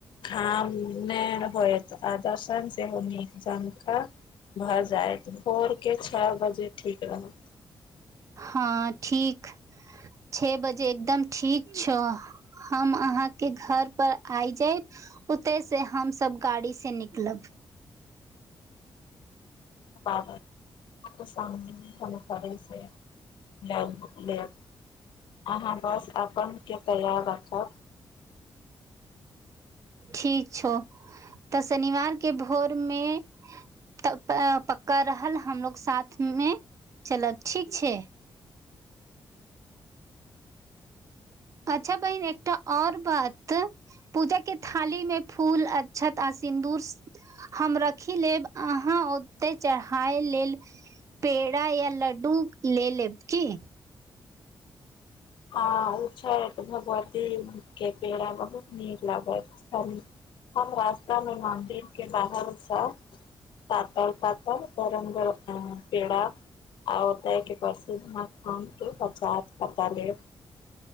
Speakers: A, on the left (about 75°); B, on the right (about 40°).
A: धाम- नै होयत आ दोसर सेहो निक जैन कऽ। भऽ जायइत भोर के छ बजे ठीक रहत।
B: हँ ठीक छे बजे एकदम ठीक छौ। हम आहाँके घर पर आय जायब। ओतेैसे हमसब गाड़ी से निकलब।
A: बाबा <unintelligible> करै से। लब लेब आहाँ बस अपन के तैयार रखब।
B: ठीक छौ तऽ शनिवार के भोरमे- तऽ पक्का रहल हमलोग साथ मे चलब ठीक छै। अच्छा बहिन एकटा और बात- पूजा के थाली मे फूल अक्षत आ सिन्दूर स- हम रखी लेब अहाँ ओत्तै चढ़ाइ लेल पेड़ा या लड्डू ले लेब की?
A: हँ ओ छै त भगवती के पेड़ा बहुत नीक लागत। हम रास्ता मे मन्दिर के बाहर सँ पातल- पातल गरम गर म पेड़ा आ ओतय के प्रसिद्ध मखान के प्रसाद पत्ता लेब।